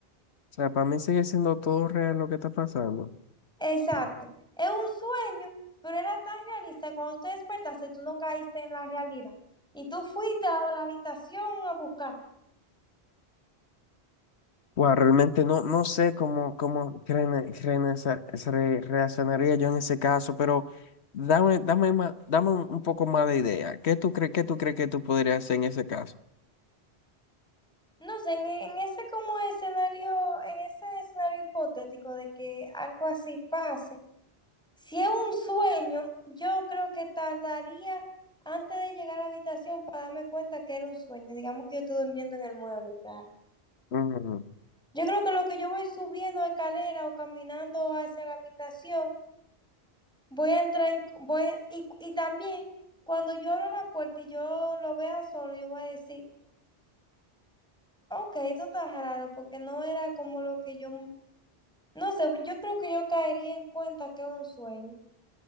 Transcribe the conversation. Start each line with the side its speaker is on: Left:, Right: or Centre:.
Left: sea, para mí sigue siendo todo real lo que está pasando.
Centre: Exacto. Es un sueño, pero era tan realista que cuando tú te despertaste, tú no caíste en la realidad. Y tú fuiste a la habitación a buscar.
Left: Bueno, realmente no, no sé cómo, cómo creen- creen esa- se re- reaccionaría yo en ese caso, pero dame, dame, ma- dame un un poco más de idea. ¿Qué tú crees, qué tú crees que tú podrías hacer en ese caso?
Centre: No sé, en, e- en ese como escenario, en ese escenario hipotético de que algo así pase, si es un sueño, yo creo que tardaría antes de llegar a la habitación para darme cuenta que era un sueño. Digamos que yo estoy durmiendo en el mueble, claro.
Left: Ujú.
Centre: Yo creo que lo que yo voy subiendo escalera o caminando hacia la habitación, voy a entrar en, voy, y, y también cuando yo abra la puerta y yo lo vea solo, yo voy a decir, ok, esto está raro porque no era como lo que yo No sé, yo creo que yo caería en cuenta que es un sueño.